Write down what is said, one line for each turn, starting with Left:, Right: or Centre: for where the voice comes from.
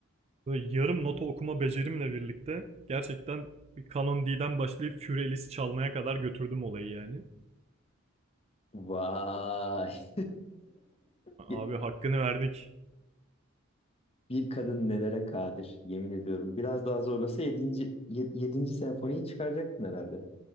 Right: Böyle yarım nota okuma becerimle birlikte gerçekten bir kanon D'den başlayıp Fury Alice çalmaya kadar götürdüm olayı yani.
Left: Vay.
Right: Abi
Left: <laughs> Bir,
Right: hakkını verdik.
Left: bir kadın nelere kadir, yemin ediyorum. Biraz daha zorlasa 7. 7. senfoniyi çıkaracaktın herhalde.